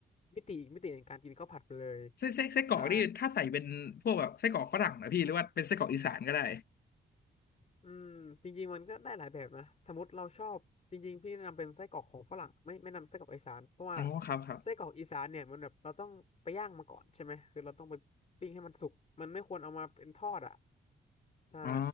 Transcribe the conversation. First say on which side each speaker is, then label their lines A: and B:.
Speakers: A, on the left; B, on the left.
A: มิติอีกมิติในการกินข้าวผัดไปเลย
B: ไส้ไส้ไส้กรอกนี่ถ้าใส่เป็นพวกแบบไส้กรอกฝรั่งนะพี่หรือว่าเป็นไส้กรอกอีสานก็ได้
A: ใช่ อืมจริงๆมันก็ได้หลายแบบนะสมมติเราชอบจริงๆพี่แนะนำเป็นไส้กรอกของฝรั่งไม่ไม่นำไส้กรอกอีสานเพราะว่า
B: อ๋อครับครับ
A: ไส้กรอกอีสานเนี่ยมันแบบเราต้องไปย่างมาก่อนใช่ไหมคือเราต้องไปปิ้งให้มันสุกมันไม่ควรเอามาเป็นทอดอ่ะใช่
B: อ๋อ